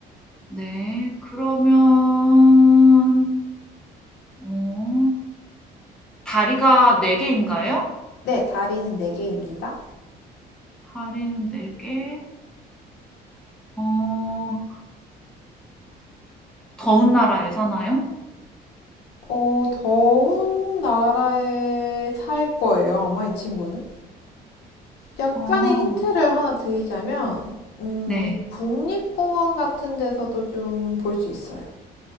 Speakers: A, in the centre; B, on the left.
A: 네, 그러면, 어, 다리가 네개인가요
B: 네, 다리는 네 개입니다.
A: 다리는 네개 어, 더운 나라에 사나요?
B: 어, 더운 나라에 살 거예요, 아마 이 친구는. 약간의
A: 어,
B: 힌트를 하나 드리자면, 음,
A: 네.
B: 국립공원 같은 데서도 좀 볼 수 있어요.